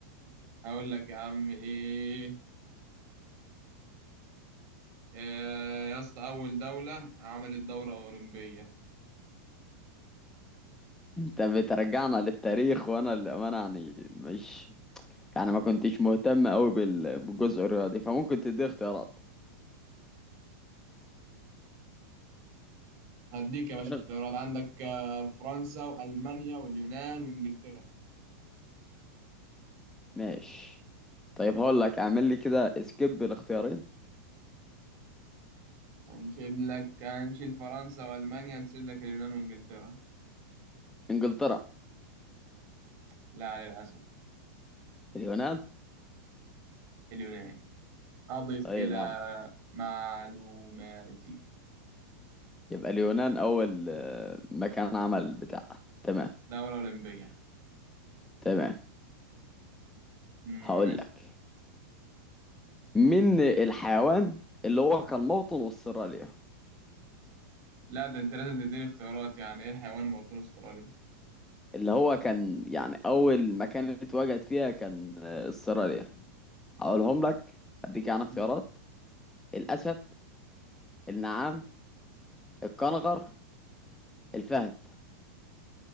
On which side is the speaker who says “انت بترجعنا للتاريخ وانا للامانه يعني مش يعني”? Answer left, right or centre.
Centre